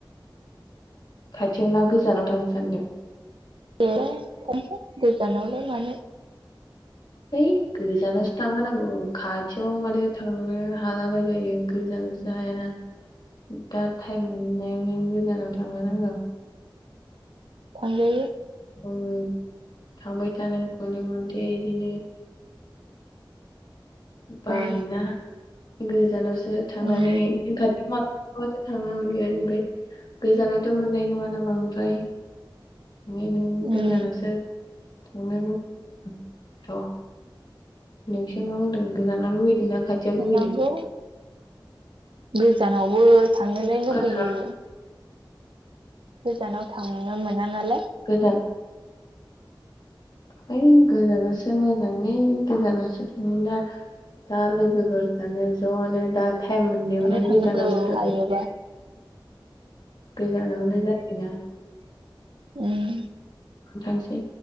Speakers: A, on the left; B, on the right.
A: खाथियाव ना गोजानाव थांनो सानदों
B: देलै थांसै गोजानावलाय मानो
A: हैइ गोजानावसो थांनो नांगौ खाथियाव मानो थांनो हालाबाय थायो गोजानावसो हायाना दा टाइम मोननायावनो गोजानाव थांखा नांगौ।
B: खंजायो
A: उम थांबाय थानाय गले गले इदिनो बायना
B: दै
A: गोजानावसो ओ थांनानै
B: उम
A: <unintelligible> नाथ' थांनो मोनगोन ओमफ्राय गोजानावथ' मोननाय नङाना बांद्राय <unintelligible> नों
B: उम
A: गोजानावसो थांनो रुबथ' नोंसोर बुंदों गोजानानो लुगैदोंना? खाथियाव
B: थांनांगौ
A: लुगैदों
B: गोजानावबो थांनोलाय लुगैयो
A: गोजान
B: गोजानाव थांनो मोना नालाय
A: गोजोन है गोजानावसो मोजांलै गोजानावसो थांगोनदा लोगोफोर जानो ज'आनो दा टाइम मोननायावनो
B: माला थांनांगौ
A: गोजानावसो थांनाय
B: लायोबा
A: गोजानावनो <unintelligible>
B: उम
A: थांसै